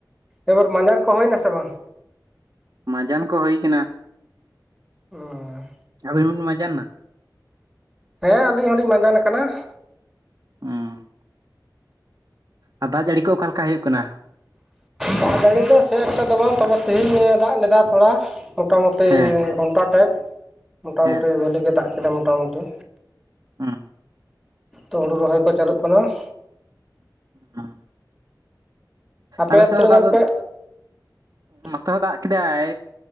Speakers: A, in the centre; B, on the right.
A: ᱮᱵᱟᱨ ᱢᱟᱸᱡᱟᱱ ᱠᱚ ᱦᱩᱭ ᱮᱱᱟ ᱥᱮ ᱵᱟᱝ
B: ᱢᱟᱡᱟᱱ ᱠᱚ ᱦᱩᱭ ᱠᱟᱱᱟ
A: ᱦᱚᱭ
B: ᱟᱵᱤᱱ ᱵᱮᱱ ᱢᱟᱡᱟᱱ ᱱᱟ
A: ᱦᱮᱸ ᱟᱹᱞᱤᱧ ᱦᱚᱞᱤᱧ ᱢᱟᱸᱡᱟᱱ ᱠᱟᱱᱟ ᱾
B: ᱦ ᱸᱚ ᱟᱨ ᱫᱟᱜ ᱡᱟᱹᱲᱤ ᱠᱚ ᱚᱠᱟ ᱞᱮᱠᱟ ᱦᱩᱭᱩᱜ ᱠᱟᱱᱟ ᱾
A: ᱫᱟᱜ ᱡᱟᱹᱲᱤ ᱫᱚ ᱥᱮ ᱮᱠᱴᱟ ᱫᱚ ᱵᱟᱝ ᱛᱚᱵᱮ ᱛᱮᱦᱤᱧ ᱮ ᱫᱟᱜ ᱞᱮᱫᱟ ᱛᱷᱚᱲᱟ ᱢᱚᱴᱟ-ᱢᱩᱴᱤ ᱴᱤ
B: ᱦᱮᱸ
A: ᱜᱷᱚᱱᱴᱟ ᱴᱷᱮᱡ ᱢᱚᱴᱟ-
B: ᱦᱮᱸ
A: ᱢᱩᱩᱴᱤ ᱵᱷᱟᱹᱞᱤ ᱜᱮ ᱫᱟᱜ ᱠᱮᱫᱟ ᱢᱚᱴ -ᱢᱩᱩᱴᱤ
B: ᱦᱸ
A: ᱚ ᱦᱳᱲᱩ ᱨᱚᱦᱚᱭ ᱠᱚ ᱪᱟᱹᱞᱩᱜ ᱠᱟᱱᱟ ᱾
B: ᱦᱩᱸ
A: ᱟᱯᱮ
B: ᱟᱞᱮ ᱥᱮᱫ
A: ᱛᱤᱱᱟᱹᱜ
B: ᱦᱚᱸ ᱫᱟᱜ
A: ᱜᱟᱱ
B: ᱫᱚ
A: ᱯᱮ <inaudible>
B: ᱱᱚᱛᱮ ᱦᱚᱸ ᱫᱟᱜ ᱠᱮᱫᱟᱭ